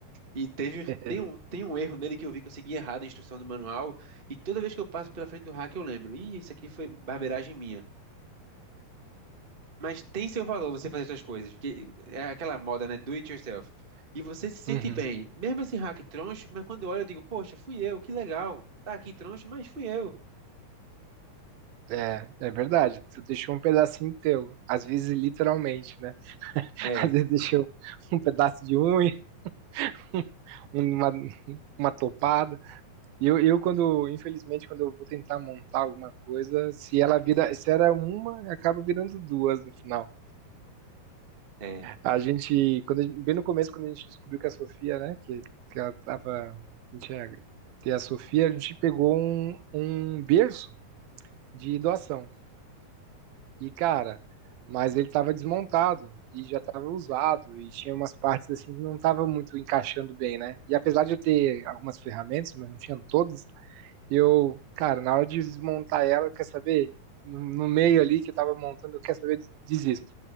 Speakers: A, on the right (about 45°); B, on the right (about 75°).
A: E teve,
B: <laughs>
A: tem um, tem um erro nele que eu vi que eu segui errado a instrução do manual. E toda vez que eu passo pela frente do hacker, eu lembro: ih, isso aqui foi barbeiragem minha. Mas tem seu valor você fazer suas coisas, porque é aquela moda, né? Do it yourself. E você se sente
B: Uhum.
A: bem. Mesmo esse hack troncho, mas quando eu olho, eu digo, poxa, fui eu, que legal. Tá aqui troncho, mas fui eu.
B: É, é verdade. Tu deixou um pedacinho teu, às vezes literalmente, né? <laughs>
A: É,
B: Às vezes deixou um pedaço de unha, <laughs> uma, uma topada. E eu, eu, quando, infelizmente, quando eu vou tentar montar alguma coisa, se ela vira, se era uma, acaba virando duas no final.
A: é.
B: A gente, quando, a gente- bem no começo, quando a gente descobriu que a Sofia, né, que, que ela tava, a gente ia ter a Sofia, a gente pegou um, um berço de doação. E, cara, mas ele tava desmontado e já tava usado e tinha umas partes assim que não tava muito encaixando bem, né? E apesar de eu ter algumas ferramentas, mas não tinham todas, Eu, cara, na hora de desmontar ela, quer saber? No no meio ali que eu tava montando, eu quero saber, des- desisto.